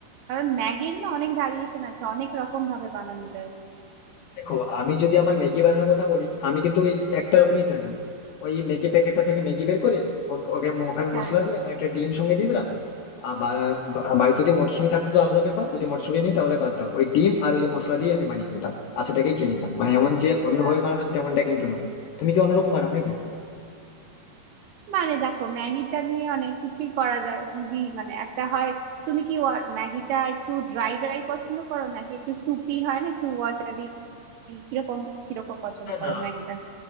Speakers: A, on the right; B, on the left.
A: কারণ ম্যাগির না অনেক ভ্যারিয়েশন আছে অনেক রকম ভাবে বানানো যায়
B: দেখো আমি যদি আমার ম্যাগি বানানোর কথা বলি আমি কিন্তু ওই একটা রকমই জানি ওই ম্যাগি প্যাকেটটা থেকে ম্যাগি বের করে ও- ওকে ম- ওখানে
A: হ্যাঁ
B: মশলা দিয়ে আর একটা ডিম সঙ্গে দিয়ে দিলাম আর বা- বা- বাড়িতে যদি মটরশুঁটি থাকতো তো আলাদা ব্যাপার যদি মটরশুঁটি নেই তাহলে বাদ দাও ওই ডিম আর ওই যে মশলা দিয়ে আমি বানিয়ে নিতাম আর সেটাকে খেয়ে নিতাম মানে এমন
A: আচ্ছা
B: যে অন্যভাবে বানাতাম তেমনটা কিন্তু নয় তুমি কি অন্যরকম বানাও নাকি
A: মানে দেখো ম্যাগিটা নিয়ে অনেক কিছুই করা যায় ইজি মানে একটা হয় তুমি কি ওয়া- ম্যাগিটা একটু ড্রাই ড্রাই পছন্দ করো নাকি একটু সুপি হয় না একটু ওয়াটারি কিরকম কিরকম পছন্দ
B: না
A: করো
B: না
A: ম্যাগিটা